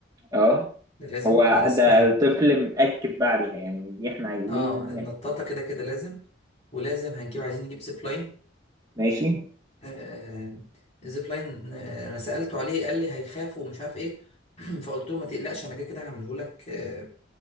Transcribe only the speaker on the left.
ده لازم
ده لازم
ايه
اه النطاطة كده كده لازم ولازم هنجيب عايزين نجيب زيب لاين
آه الزيب لاين آه انا سألته عليه قال لي هيخاف ومش عارف ايه <clears throat> فقلت له ما تقلقش انا كده كده هعمله لك آه